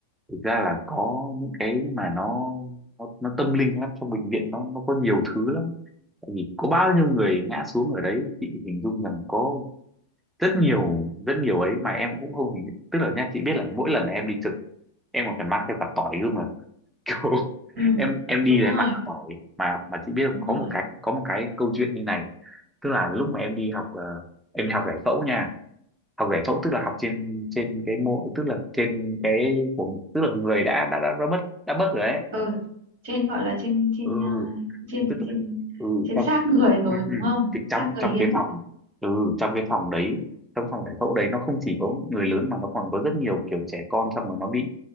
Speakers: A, in the centre; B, on the right.
A: thực ra là có những cái mà nó nó, nó tâm linh lắm trong bệnh viện nó nó có nhiều thứ lắm tại vì có bao nhiêu người ngã xuống ở đấy chị hình dung rằng có rất nhiều rất nhiều ấy mà em cũng không hình tức là nha chị biết là mỗi lần em đi trực em còn phải mang theo cả tỏi cơ mà kiểu
B: Ừ,
A: <laughs> em em đi
B: đúng
A: là
B: rồi,
A: em ăn tỏi mà mà chị biết không
B: đúng
A: có
B: rồi.
A: một cái có một cái câu chuyện như này tức là lúc mà em đi học ờ, em đi học giải phẫu nha học giải phẫu tức là học trên trên cái mô tức là trên cái của tức là người đã đã đã, đã mất đã mất rồi đấy
B: ừ trên gọi là trên trên
A: ừ
B: à, trên
A: tức
B: trên
A: là ừ
B: trên
A: trong
B: xác người rồi
A: Ừ,
B: đúng
A: ừ.
B: không
A: thì
B: xác
A: trong
B: người
A: trong
B: hiến
A: cái phòng ừ, trong cái phòng đấy trong phòng giải phẫu đấy nó không chỉ có người lớn mà nó còn có rất nhiều kiểu trẻ con xong rồi nó bị